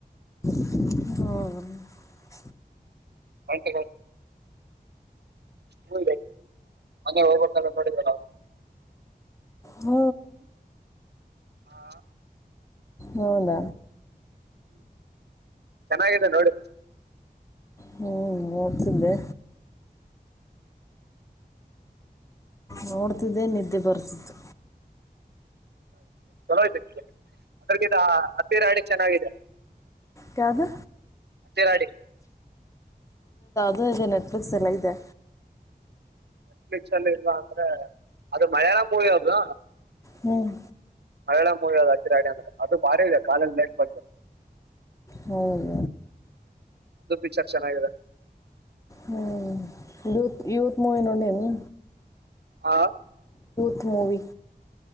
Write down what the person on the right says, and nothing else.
ಒಂತ ಹ ಮನೆ ಹೋಗ್ಬೇಕ ಅನ್ಕೊಂಡಿದ್ವಿ ನಾವು
ಹಾ
ಚೆನ್ನಾಗಿದೆ ನೋಡಿ
ಚಲೋ ಇಯ್ತ ಅದ್ರಗ ಹತ್ತಿರ ಹಡಿ ಚೆನ್ನಾಗಿದೆ
ಹತ್ತೆರಾಡಿ
ನೆಟ್ಫ್ಲಿಕ್ಸ್ ಅಲ್ಲಿ ಇಲ್ವಾ ಅಂದ್ರೆ ಅದು ಮಯಳ ಮೂವಿ ಅದು
ಮರಾಳ ಮೂವಿ ಅ್ ಹಚ್ಚಿರ ಆಡಿ ಅಂದ್ರೆ ಅದು ಭಾರಿ ಇದೆ ಕಾಲಲ್ಲಿ ಮೇ ಬ
ಅದು ಪಿಕ್ಚರ್ ಚೆನ್ನಾಗಿದೆ
ಹಾ